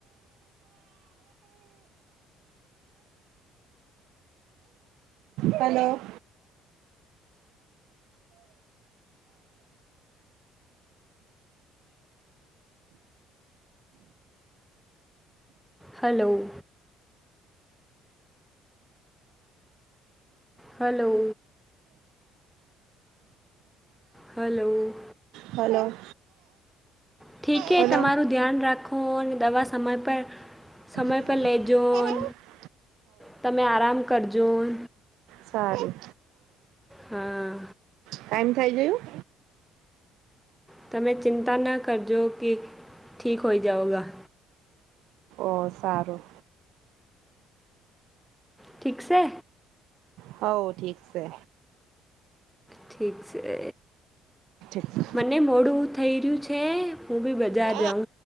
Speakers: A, on the right; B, in the centre.
A: hello.
B: Hello. Hello. Hello.
A: Hello.
B: ઠીકે
A: હલો
B: તમારું ધ્યાન રાખો અને દવા સ સમય પર સમય
A: હવ
B: પર લેજોન તમે આરામ કર જોન.
A: સારૂ.
B: હા.
A: ટાઈમ થઇ ગયું?
B: તમે ચિંતા ના કરજો કે ઠીક હોય જાવેગા.
A: ઓ સારું.
B: ઠીક સે?
A: હવ ઠીક સે.
B: ઠીક છે
A: ઠીક
B: મને મોડું થઈ રહ્યું છે. એ હું બી બજાર
A: છે
B: જાઉ.